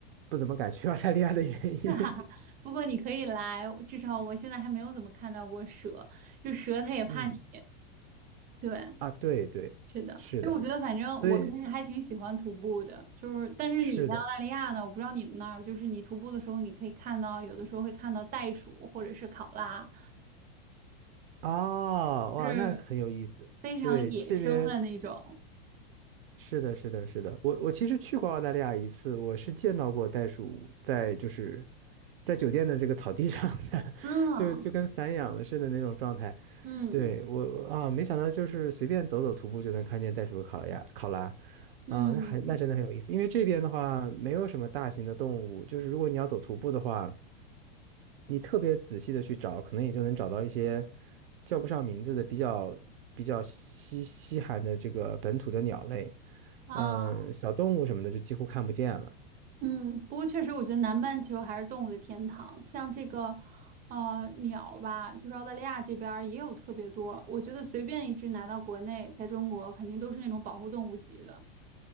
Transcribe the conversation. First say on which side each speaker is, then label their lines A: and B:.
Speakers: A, on the right; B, on the right.
A: 不怎么敢去 <laughs> 澳大利亚的原因。
B: <laughs> 哈哈，<laughs> 不过你可以来，至少我现在还没有怎么看到过蛇，就蛇它也怕你。
A: <laughs> 嗯，
B: 对，
A: 啊，对对，
B: 是的，
A: 是的，
B: 就我觉得，反正我平时还挺喜欢徒步的，
A: 所以
B: 就是但是你在澳大利亚呢，
A: 是的，
B: 我不知道你们那儿，就是你徒步的时候，你可以看到有的时候会看到袋鼠或者是考拉，
A: 啊，哇，
B: 是
A: 那很有意思。
B: 非常野生的那种。
A: 对，这边。是的，是的，是的，我我其实去过澳大利亚一次，我是见到过袋鼠在就是在酒店的这个草地 <laughs> 上的，
B: 嗯
A: <laughs> 就就跟散养的似的那种状态。
B: 嗯
A: 对，我啊，没想到就是随便走走徒步就能看见袋鼠和考亚考拉
B: 嗯
A: 啊，那还那真的很有意思。因为这边的话没有什么大型的动物，就是如果你要走徒步的话，你特别仔细的去找，可能也就能找到一些叫不上名字的比较比较稀稀罕的这个本土的鸟类。
B: 啊
A: 嗯，小动物什么的就几乎看不见了。
B: 嗯，不过确实，我觉得南半球还是动物的天堂，像这个呃鸟吧，就是澳大利亚这边儿也有特别多，我觉得随便一只拿到国内，在中国肯定都是那种保护动物级的。